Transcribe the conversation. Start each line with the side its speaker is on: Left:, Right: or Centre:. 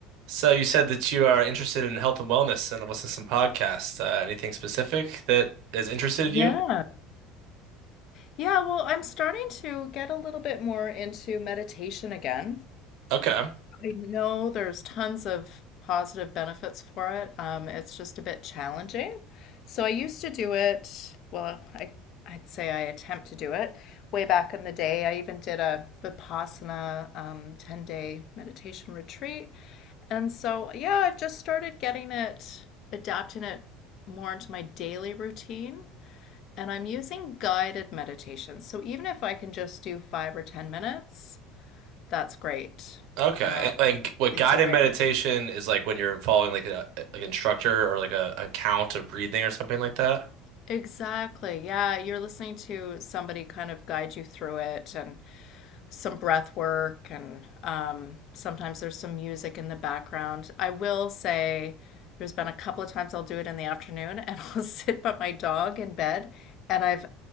Right: So you said that you are interested in health and wellness and listen to some podcasts. Uh, anything specific that has interested
Left: Yeah.
Right: you?
Left: Yeah, well, I'm starting to get a little bit more into meditation again.
Right: Okay.
Left: I know there's tons of positive benefits for it. Um, it's just a bit challenging. So I used to do it, well, I I'd say I attempt to do it. Way back in the day, I even did a Vipassana um, 10-day meditation retreat. And so, yeah, I've just started getting it, adapting it more into my daily routine. And I'm using guided meditations. So even if I can just do five or 10 minutes, that's great.
Right: Okay.
Left: Um,
Right: And, Like what
Left: it's
Right: guided
Left: a win.
Right: meditation is like when you're following like a like instructor or like a, a count of breathing or something like that.
Left: Exactly. Yeah, you're listening to somebody kind of guide you through it and some breath work and um, sometimes there's some music in the background. I will say there's been a couple of times I'll do it in the afternoon and <laughs> I'll sit by my dog in bed and I've